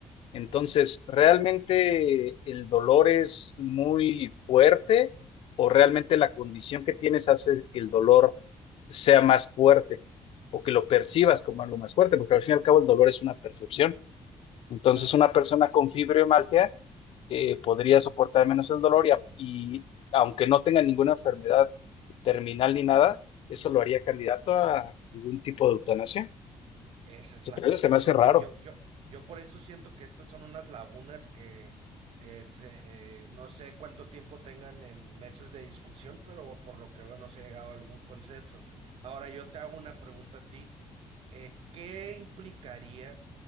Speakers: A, on the left; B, on the right.
A: Entonces, ¿realmente el dolor es muy fuerte o realmente la condición que tienes hace que el dolor sea más fuerte o que lo percibas como algo más fuerte? Porque al fin y al cabo el dolor es una percepción. Entonces,
B: Claro.
A: una persona con fibromialgia eh, podría soportar menos el dolor y, a- y aunque no tenga ninguna enfermedad terminal ni nada, eso lo haría candidato a algún tipo de eutanasia.
B: Esa es
A: Se
B: la
A: cree
B: cuestión,
A: que se me hace raro.
B: ¿no? Yo, yo, yo por eso siento que estas son unas lagunas que, que se, no sé cuánto tiempo tengan en mesas de discusión, pero por lo que veo no se ha llegado a algún consenso. Ahora yo te hago una pregunta a ti. eh, ¿qué implicaría?